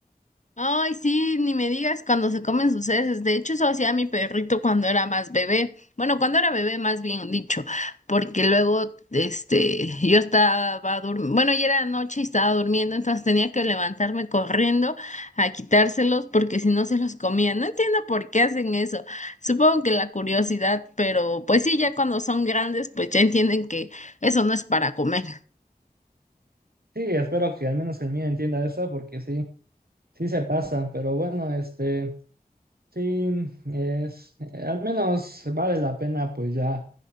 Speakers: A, on the left (about 50°); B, on the right (about 70°).
A: Ay, sí, ni me digas cuando se comen sus heces. De hecho, eso hacía mi perrito cuando era más bebé. Bueno, cuando era bebé, más bien dicho, porque luego, este, yo estaba durmiendo, bueno, ya era noche y estaba durmiendo, entonces tenía que levantarme corriendo a quitárselos porque si no se los comía. No entiendo por qué hacen eso. Supongo que la curiosidad, pero pues sí, ya cuando son grandes, pues ya entienden que eso no es para comer.
B: Sí, espero que al menos el mío entienda eso porque sí, sí se pasa, pero bueno, este, sí, es, eh, al menos vale la pena pues ya